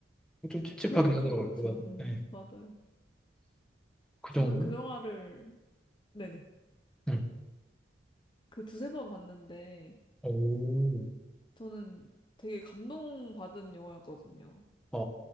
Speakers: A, in the centre; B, on the left (about 25°).
A: 좀 찝찝하긴
B: 그러면
A: 하더라고요.
B: 좀 그렇죠.
A: 그거는.
B: 음,
A: 예,
B: 맞아요.
A: 그
B: 저는
A: 정도?
B: 그 영화를, 네네.
A: 응.
B: 그 두세 번 봤는데,
A: 오,
B: 저는 되게 감동받은 영화였거든요.
A: 아,